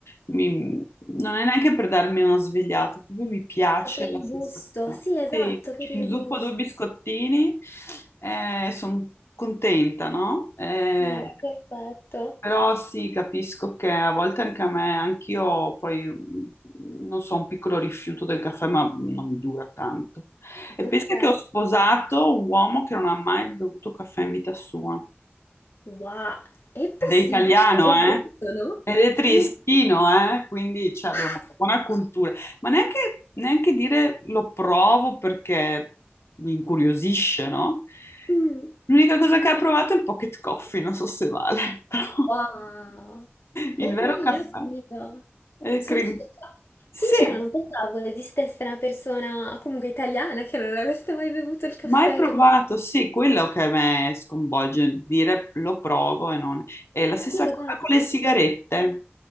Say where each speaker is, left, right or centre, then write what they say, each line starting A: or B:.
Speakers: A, on the left (about 85°); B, on the left (about 70°).
A: mi- non è neanche per darmi una svegliata, proprio mi piace
B: Ma per il
A: la sensazione.
B: gusto, sì, esatto,
A: Sì,
B: per
A: ci
B: il
A: inzuppo
B: gusto.
A: due biscottini e sono contenta, no? Eh,
B: No, è perfetto.
A: però sì, capisco che a volte anche a me, anch'io poi, mm, non so, un piccolo rifiuto del caffè, ma non dura tanto. E
B: Ok.
A: pensa che ho sposato un uomo che non ha mai bevuto caffè in vita sua.
B: Wow, è possibile?
A: Ed è italiano,
B: Esistono?
A: eh? Ed è triestino,
B: Es-
A: eh? Quindi cioè, abbiamo
B: Ah!
A: una buona cultura. Ma neanche, neanche dire lo provo perché mi incuriosisce, no?
B: Mm.
A: L'unica cosa che ha provato è il pocket coffee, non so se vale, <laughs> però
B: Wow.
A: il
B: Oh
A: vero
B: mio
A: caffè
B: Dio.
A: è
B: Sono
A: crin-
B: scioccata.
A: Sì,
B: Sincero, non pensavo esistesse una persona comunque italiana che non avesse mai bevuto il caffè,
A: Mai provato,
B: che poi...
A: sì, quello che a me sconvolge, dire lo provo e non... È la stessa
B: Sì,
A: cosa
B: esatto.
A: con le sigarette.